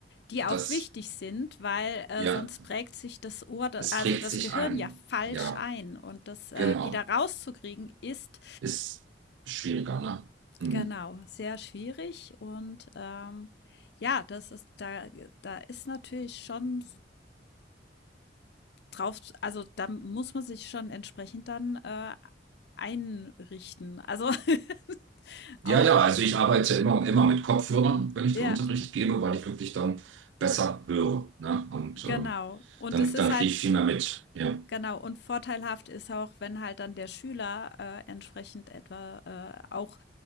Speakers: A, on the left; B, on the right.
A: Die
B: das,
A: auch wichtig sind, weil, äh,
B: ja,
A: sonst prägt sich das Ohr da
B: es
A: also
B: prägt
A: das
B: sich
A: Gehirn
B: ein.
A: ja falsch
B: Ja,
A: ein und das, äh,
B: genau.
A: wieder rauszukriegen ist
B: Ist schwieriger, ne? Mhm.
A: genau, sehr schwierig und, ähm, ja, das ist da da ist natürlich schon drauf also, da muss man sich schon entsprechend dann, äh, einrichten. Also, <laughs>
B: Ja,
A: auch
B: ja, also ich arbeite ja immer, immer mit Kopfhörern, wenn ich
A: ja,
B: den Unterricht gebe, weil ich wirklich dann besser höre, ne? Und
A: genau.
B: ähm,
A: Und
B: dann,
A: es ist
B: dann
A: halt
B: kriege ich viel mehr mit. Ja,
A: Genau, und vorteilhaft ist auch, wenn halt dann der Schüler, äh, entsprechend etwa, äh, auch